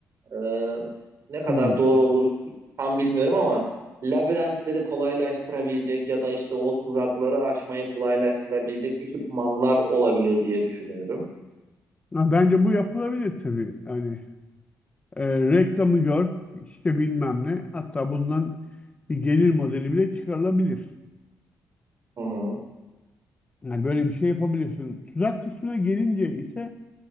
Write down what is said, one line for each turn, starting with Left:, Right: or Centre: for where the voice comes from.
Right: e, ne kadar
Left: Hmm.
Right: doğru olur tam bilmiyorum ama labirentleri kolaylaştırabilecek ya da işte o tuzakları aşmayı kolaylaştırabilecek ekipmanlar olabilir diye düşünüyorum.
Left: Ha, Bence bu yapılabilir tabii. Yani e, reklamı gör işte bilmem ne. Hatta bundan bir gelir modeli bile çıkarılabilir.
Right: Hı hı,
Left: Yani böyle bir şey yapabilirsin. Tuzak kısmına gelince ise